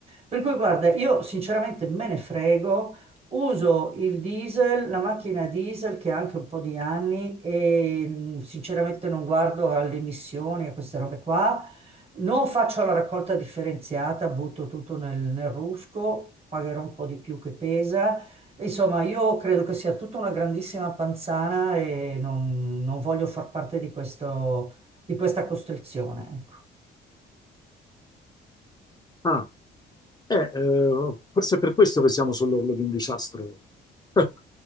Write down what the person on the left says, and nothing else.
Ah, eh, eh, forse è per questo che siamo sull'orlo di un disastro. <laughs>